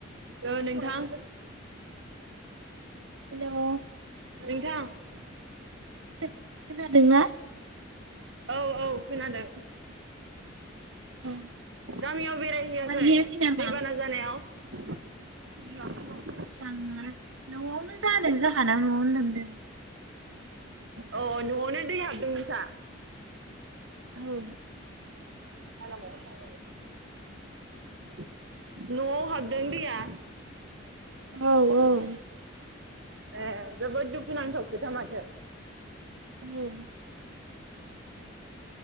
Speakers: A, on the right; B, on the right.
A: औ नोंथां।
B: हेल'
A: नोंथां
B: खो-खोनादोंना?
A: औ औ खोनादों।
B: औ
A: गामियाव बेरायहैयाखै
B: मारहैयाखै नामा?
A: दैबाना जानायाव? <inaudible>
B: थाङा न'आवनो जादों जाहाना न'आवनो लोमदों।
A: अ न'आवनो दै हाबदों नोंसा?
B: औ
A: <unintelligible> न'आव हाबदों दैया?
B: औ औ
A: ए जोबोद दुखुनांथाव खोथा माथो।
B: उम